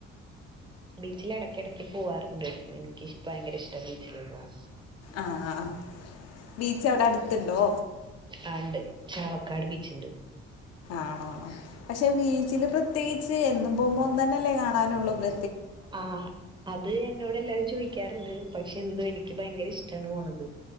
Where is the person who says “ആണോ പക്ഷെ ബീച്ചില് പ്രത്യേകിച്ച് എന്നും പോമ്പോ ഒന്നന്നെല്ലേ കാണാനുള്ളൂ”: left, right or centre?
Left